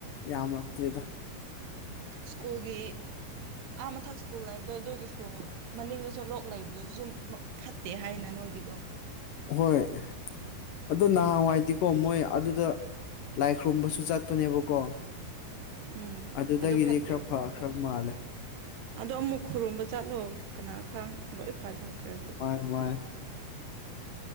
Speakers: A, on the left (about 70°); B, on the right (about 75°).
A: ꯌꯥꯝꯔꯛꯇ꯭ꯔꯦꯗ
B: ꯁ꯭ꯀꯨꯜꯒꯤ ꯑꯥ ꯃꯊꯛ ꯁ꯭ꯀꯨꯜ ꯂꯩꯕꯗꯣ ꯑꯗꯨꯒꯤ ꯁ꯭ꯀꯨꯜ ꯃꯅꯤꯡꯗꯁꯨ ꯂꯣꯛ ꯂꯩꯕꯗꯨꯖꯨꯝ ‌ꯐꯠꯇꯦ ꯍꯥꯏꯅ ꯅꯣꯏꯒꯤꯗꯣ
A: ꯍꯣꯏ ꯑꯗꯣ ꯅꯍꯥꯟꯋꯥꯏꯗꯤ ꯀꯣ ꯃꯣꯏ ꯑꯗꯨꯗ ꯂꯥꯏ ꯈꯨꯔꯨꯝꯕꯁꯨ ꯆꯠꯄꯅꯦꯕꯀꯣ
B: ꯎꯝ
A: ꯑꯗꯨꯗꯒꯤꯗꯤ
B: ꯑꯗꯨ ꯐꯠꯇꯦ
A: ꯈꯔ ꯐꯈ꯭ꯔꯕ ꯃꯥꯜꯂꯦ
B: ꯑꯗꯣ ꯑꯃꯨꯛ ꯈꯨꯔꯨꯝꯕ ꯆꯠꯂꯣ ꯀꯅꯥ ꯈꯪ ꯂꯣꯏ ꯐꯈ꯭ꯔꯗꯤ
A: ꯋꯥꯏ